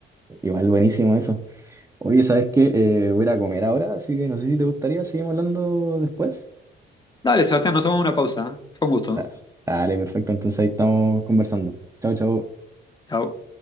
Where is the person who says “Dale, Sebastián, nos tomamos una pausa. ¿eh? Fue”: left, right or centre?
Left